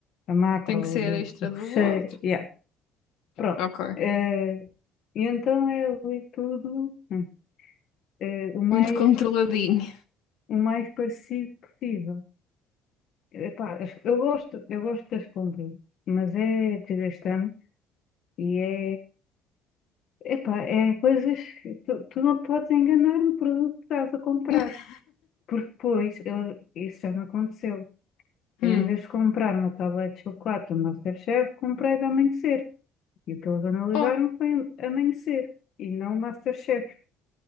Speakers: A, on the left; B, on the left.
A: a macro
B: Tem que ser
A: ou do,
B: extra
A: do recheio,
B: do outro.
A: yeah, pronto.
B: Ok.
A: Eh, e então é ali tudo hum, eh, o mais,
B: Muito controladinho.
A: o mais parecido possível. Epá, as- eu gosto, eu gosto das compras, mas é desgastante e é. Epá, é coisas que tu, tu não te podes enganar no produto que estás a comprar,
B: <laughs>
A: porque depois eu- isso já me aconteceu.
B: Hum,
A: Eu, em vez de comprar uma tablet de chocolate do Masterchef, comprei de Amanhecer. E o que eles analisaram
B: oh,
A: foi Amanhecer e não Masterchef.